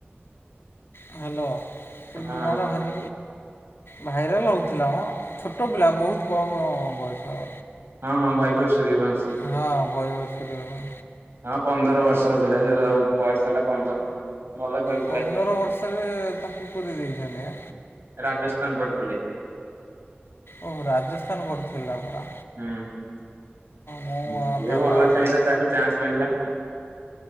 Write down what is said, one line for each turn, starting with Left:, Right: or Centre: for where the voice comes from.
Left: ହ୍ୟାଲୋ ସେ
Right: ହଁ
Left: ପିଲାର ଭାରି ଭାଇରାଲ୍ ହଉଥିଲା ମ ଛୋଟ ପିଲା ବହୁତ କମ୍ ବୟସ।
Right: ହଁ ହଁ ବୈ <unintelligible> ସୂୁରିଅବଂଶୀ।
Left: ହଁ ବୟି ସୁରିୟ ବ
Right: ହଁ ପନ୍ଦର ବର୍ଷର ପିଲା ସେ ତା ବୟସ ହେଲା ପନ୍ଦର। ଭଲ ଖେଳୁ
Left: ପନ୍ଦର ବର୍ଷରେ ତାକୁ ପୁରେଇ ଦେଇଚନ୍ତି ଆ।
Right: ରାଜସ୍ଥାନ ପଢିଥିଲେ।
Left: ଓହୋ ରାଜସ୍ଥାନ ବଡିଥିଲା ପରା।
Right: ହୁଁ
Left: ମୋ
Right: ଯିଏ
Left: ଧାରଣା
Right: ଭଲ ଖେଳିଲା ତାକୁ ଚାନ୍ସ ମିଳିଲା।